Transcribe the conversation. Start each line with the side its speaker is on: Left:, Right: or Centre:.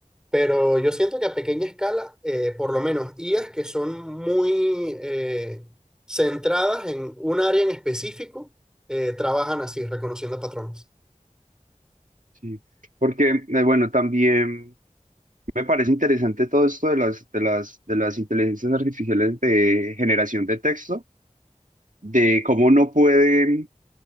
Centre: Pero yo siento que a pequeña escala, eh, por lo menos IAs que son muy eh, centradas en un área en específico, eh, trabajan así, reconociendo patrones.
Right: Sí, porque eh, bueno, también me parece interesante todo esto de las, de las, de las inteligencias artificiales de generación de texto, de cómo no pueden,